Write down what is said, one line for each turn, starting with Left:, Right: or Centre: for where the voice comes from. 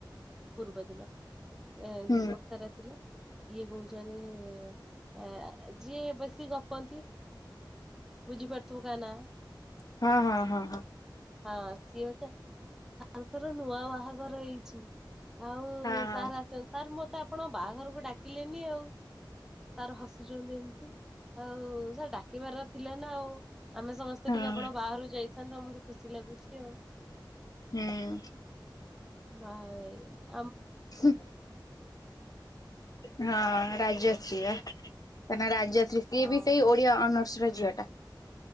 Centre: ପୂର୍ବ ଦିନ। ଏ
Left: ହୁଁ।
Centre: ଦୀପକ ସାର୍ ଆସିଲେ। ଇଏ କହୁଛନ୍ତି ଏ ଯିଏ ବେଶ ଶୀ ଗପନ୍ତି ବୁଝି ପାରୁଥୁବ କା ନାଁ?
Left: ହୁଁ ହଁ ହଁ ହଁ ହଁ
Centre: ହଁ ସିଏ ଅଛ, ସାର୍ ଙ୍କର ନୂଆ ବାହାଘର ହେଇଛି। ଆଉ
Left: ହଁ ହଁ।
Centre: ସାର୍ ଆସ, ସାର୍ ମୋତେ ଆପଣଙ୍କ ବାହାଘରକୁ ଡାକିଲେନି ଆଉ। ସାର୍ ହସୁଛନ୍ତି ଏମିତି। ଆଉ ସାର୍ ଡାକିବାର ଥିଲା ନା ଆଉ। ଆମେ ସମସ୍ତେ
Left: ହଁ
Centre: ଟିକେ ଆପଣ ବାହାଘରକୁ ଯାଇଥାନ୍ତ। ଆମକୁ ଯୋଉ ଖୁସି ଲାଗୁଛି ଆଉ।
Left: ହଁ।
Centre: ବାହା ହେଇଗଲା।
Left: ହୁଁ, ହଁ ରାଜଶ୍ରୀ ବା। ତା ନାଁ ରାଜଶ୍ରୀ ସିଏ
Centre: ହଁ
Left: ବି ସେଇ ଓଡିଆ ଅନର୍ସର ଝିଅଟା।